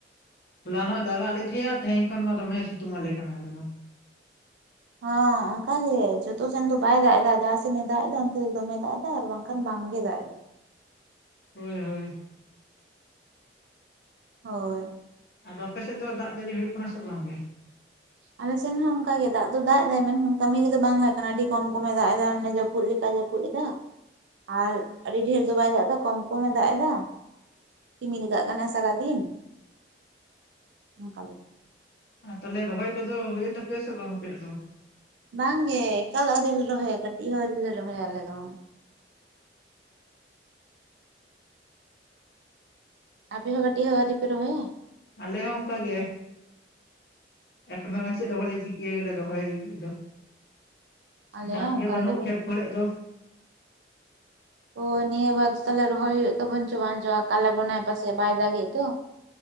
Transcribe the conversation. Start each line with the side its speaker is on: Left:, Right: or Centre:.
Left: ᱦᱚᱞᱟ ᱱᱚᱜ ᱮ ᱫᱟᱜ ᱟᱫ ᱞᱮ ᱛᱟᱦᱮᱸᱱᱟ, ᱛᱮᱦᱮᱧ ᱠᱷᱚᱱ ᱢᱟ ᱫᱚᱢᱮ ᱥᱤᱛᱩᱝ ᱟᱞᱮ ᱠᱟᱱᱟ ᱟᱞᱮ ᱢᱟ᱾
Right: ᱦᱚᱸ ᱚᱱᱠᱟ ᱜᱮ ᱡᱚᱛᱚ ᱥᱮᱱ ᱫᱚ ᱵᱟᱭ ᱫᱟᱜ ᱫᱟ, ᱡᱟᱦᱟᱸ ᱥᱮᱱᱮ ᱫᱟᱜ ᱮᱫᱟ ᱚᱱᱛᱮ ᱫᱚᱢᱮ ᱫᱟᱜ ᱮᱫᱟ᱾ ᱟᱨ ᱵᱟᱝᱠᱷᱟᱱ ᱵᱟᱝᱜᱮ ᱫᱟᱜ ᱫᱟ᱾
Left: ᱦᱳᱭ ᱦᱳᱭ᱾
Right: ᱦᱳᱭ᱾
Left: ᱟᱫᱚ ᱟᱯᱮ ᱥᱮᱫ ᱫᱚ ᱫᱟᱜ ᱡᱟᱹᱲᱤ ᱦᱩᱭᱩᱜ ᱠᱟᱱᱟ ᱥᱮ ᱵᱟᱝ ᱜᱮ?
Right: ᱟᱞᱮ ᱥᱮᱱ ᱦᱚᱸ ᱚᱱᱠᱟ ᱜᱮ ᱫᱟᱜ ᱫᱚ ᱫᱟᱜ ᱮᱫᱟᱭ, ᱢᱮᱱᱠᱷᱟᱱ ᱠᱟᱹᱢᱤ ᱨᱮᱫᱚ ᱵᱟᱝ ᱞᱟᱜᱟᱜ ᱠᱟᱱᱟ ᱟᱹᱰᱤ ᱠᱚᱢ ᱠᱚᱢᱮ ᱫᱟᱜ ᱮᱫᱟ ᱢᱟᱱᱮ ᱡᱟ <unintelligible> ᱞᱮᱠᱟ ᱡᱟᱹᱯᱩᱫ ᱮᱫᱟ? ᱟᱨ ᱟᱹᱰᱤ ᱰᱷᱮᱨ ᱫᱚ ᱵᱟᱭ ᱫᱟᱜ ᱮᱫᱟ ᱠᱚᱢ ᱠᱚᱢᱮ ᱫᱟᱜ ᱮᱫᱟ᱾ ᱨᱤᱢᱤᱞ ᱠᱟᱜ ᱠᱟᱱᱟᱭ ᱥᱟᱨᱟᱫᱤᱱ, ᱱᱚᱝᱠᱟ ᱞᱮᱠᱟ᱾
Left: ᱟᱨ ᱛᱟᱦᱚᱞᱮ ᱨᱚᱦᱚᱭ ᱠᱚᱫᱚ ᱦᱩᱭᱮᱱ ᱛᱟᱯᱮᱭᱟ ᱥᱮ ᱵᱟᱝ ᱟᱯᱮᱭᱟᱜ ᱫᱚ?
Right: ᱵᱟᱝᱜᱮ ᱮᱠᱟᱞ ᱟᱹᱣᱨᱤ ᱞᱮ ᱨᱚᱦᱚᱭᱟ ᱠᱟᱹᱴᱤᱡ ᱦᱚᱸ ᱟᱹᱣᱨᱤ ᱞᱮ ᱨᱚᱦᱚᱭᱟ ᱟᱞᱮ ᱫᱚ᱾ ᱟᱯᱮ ᱦᱚᱸ ᱠᱟᱹᱴᱤᱡ ᱦᱚᱸ ᱟᱹᱣᱨᱤᱯᱮ ᱨᱚᱦᱚᱭᱟ?
Left: ᱟᱞᱮ ᱦᱚᱸ ᱚᱱᱠᱟ ᱜᱮ, ᱮᱠᱷᱚᱱᱚ ᱪᱮᱫ ᱦᱚᱸ ᱵᱟᱞᱮ ᱪᱤᱠ <inaudible> ᱨᱚᱦᱚᱭ ᱫᱚ
Right: ᱟᱞᱮ
Left: ᱫᱟᱜ
Right: ᱦᱚᱸ
Left: ᱜᱮ
Right: ᱚᱱᱠᱟᱜᱮ
Left: ᱵᱟᱹᱱᱩᱜ ᱠᱷᱮᱛ ᱠᱚᱨᱮ ᱫᱚ᱾
Right: ᱚ ᱱᱤᱭᱟᱹ ᱵᱟᱨ ᱛᱟᱞᱚᱞᱮ ᱨᱚᱦᱚᱭ ᱦᱩᱭᱩᱜ ᱛᱟᱵᱚᱱ ᱪᱚ ᱵᱟᱝ ᱰᱚ, ᱟᱠᱟᱞ ᱟᱵᱚᱱᱟᱭ ᱯᱟᱥᱮᱫ ᱵᱟᱭ ᱫᱟᱜ ᱮ ᱛᱚ᱾